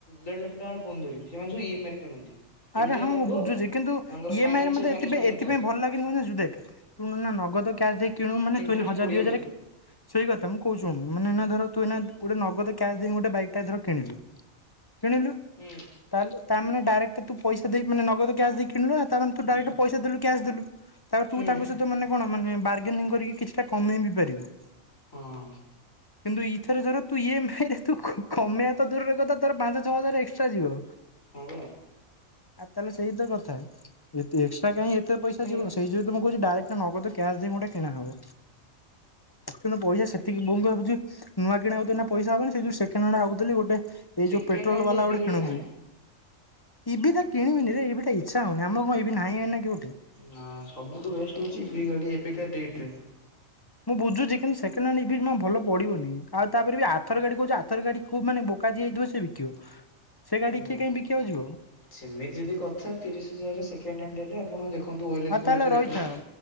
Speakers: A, on the left; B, on the left.
A: ଦେଢ ଲକ୍ଷ ଟଙ୍କାର ଫୋନ୍ ଧରିବି ସେମାନେ ସବୁ ଇଏମ୍ଆଇରେ କିଣନ୍ତି। ଏମିତିଆ
B: ଆରେ ହଁ
A: ଲୋକ
B: ମୁଁ ବୁଝୁଚି କିନ୍ତୁ
A: ତାଙ୍କର
B: ଇଏମ୍ଆଇରେ
A: ଫାଇନାନ୍ସିଆଲ
B: ମତେ
A: ମ୍ୟାନେଜମେଣ୍ଟ
B: ଏଥିପାଇଁ ଏଥିପାଇଁ
A: ନଥାଏ
B: ଭଲ୍ ଲାଗେନି କଁ <unintelligible> ଦେଖ୍ ଶୁଣୁ ଏନା ନଗଦ କ୍ୟାସ୍ ଦେଇ କିଣୁ ମାନେ
A: ଇଣ୍ଟରେଷ୍ଟ
B: ତୁ ଏନା ହଜାରେ
A: ପଡିବ
B: ଦି ହଜାରେ
A: ଫେରେ।
B: <unintelligible> ସେଇ କଥା ମୁଁ କହୁଚି ଶୁଣୁ ମାନେ ଏଇନା ଧର ତୁ ଏଇନା ଗୋଟେ ନଗଦ କ୍ୟାସ୍ ଦେଇ ଗୋଟେ ବାଇକ୍ ଟା ଧର କିଣିଲୁ କିଣିଲୁ
A: ହୁଁ।
B: ତାଏଲେ ତା ମାନେ ଡାଇରେକ୍ଟ୍ ତୁ ପଇସା ଦେଇ ମାନେ ନଗଦ କ୍ୟାସ୍ ଦେଇ କିଣିଲୁ ନା ତା ମାନେ ତୁ
A: ହୁଁ
B: ଡାଇରେକ୍ଟ୍ ପଇସା ଦେଲୁ କ୍ୟାସ୍ ଦେଲୁ ତାପରେ
A: ହୁଁ
B: ତୁ ତାଙ୍କ ସହି ତ ମାନେ କଣ ମାନେ ବାର୍ଗେନିଂ କରିକି କିଛିଟା କମେଇ ବି ପାରିବୁ।
A: ହଁ
B: କିନ୍ତୁ ଇଥରେ ଧର ତୁ ଇଏମ୍ଆଇ ରେ ତୁ ଖ-ଖ କମେଇ ତ ଦୂରର କଥା ତୋର ପାଞ୍ଚ ଛଅ ହଜାର ଏକ୍ସଟ୍ରା ଯିବ।
A: ହଁ ବା।
B: ଆଉ ତାଏଲେ ସେଇ ତ କଥା ଏତେ ଏକ୍ସଟ୍ରା କାଇଁ ଏତେ ପଇସା
A: ହେଇ
B: ଯିବ ସେଇ ଯୋଉ ତ ମୁଁ କହୁଚି ଡାଇରେକ୍ଟା ନଗଦ କ୍ୟାଶ୍ ଦେଇ ଗୋଟେ କିଣା ହବ। କିନ୍ତୁ ପଇସା ସେତିକି <unintelligible> ପଇସା ହବନି ସେ ଯୋଉ ସେକେଣ୍ଡ୍ ହ୍ୟାଣ୍ଡ୍ ଭାବୁଥିଲି ଗୋଟେ ଏଇ
A: ସେକେଣ୍ଡ
B: ଯୋଉ ପେଟ୍ରୋଲ
A: ହ୍ୟାଣ୍ଡ
B: ବାଲା
A: ଇଭି
B: ଗୋଟେ
A: ଗାଡି
B: କିଣନ୍ତି।
A: ନାହିଁ।
B: ଇଭି ଟା କିଣିବିନିରେ ଇଭି ଟା ଇଚ୍ଛା ହଉନି ଆମର କଁ ଇଭି ନାହିଁ ଏନା କି ଗୋଟେ।
A: ଉଁ ନା ସବୁଠୁ ବେଷ୍ଟ ହଉଚି ଇଭି ଗାଡି ଏବେକା ଡେଟ୍ ରେ।
B: ମୁଁ ବୁଝୁଚି କିନ୍ତୁ ସେକେଣ୍ଡ୍ ହ୍ୟାଣ୍ଡ୍ ଇଭି <unintelligible> ଭଲ ପଡିବନି ଆଉ ତାପରେ ବି ଆଥର୍ ଗାଡି କହୁଚି ଆଥର୍ ଗାଡି କୁ ମାନେ ବୋକା ଯିଏ ହେଇଥିବ ସିଏ ବିକିବ। ସେ ଗାଡି
A: ହୁଁ
B: କିଏ କାଇଁ ବିକିବାକୁ ଯିବ
A: ସେମିତି ଯଦି କଥା ତିରିଶ୍ ହଜାର୍ ରେ ସେକେଣ୍ଡ୍ ହ୍ୟାଣ୍ଡ୍ ହେଲେ ଆପଣ ଦେଖ୍ ଖନ୍ତୁ ୱଏଲେକ୍ସ
B: ଆଉ ତାହେଲେ
A: ଫୋଏଲେକ୍ସ ରେ
B: ରହିଥା
A: ଦେଖନ୍ତୁ।